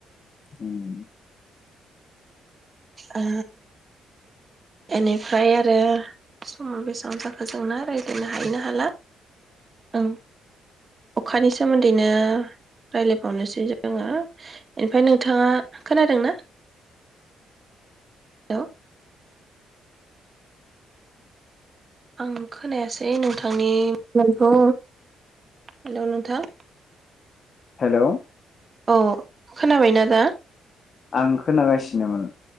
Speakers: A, on the left (about 45°); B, on the right (about 35°).
A: उम
B: ओ बेनिफ्राय आरो समाव बेसेबां जाखो जोंना रायज्लायनो हायो ना हाला ओं अखानि सोमोन्दैनो रायज्लायबावनोसै जोङो बेनिफ्राय नोंथाङा खोनादोंना हेल'? आं खोनायासै नोंथांनि मबाइलखौ हेल' नोंथां
A: हेल'
B: अ खोनाबायना दा?
A: आं खोनागासिनोमोन।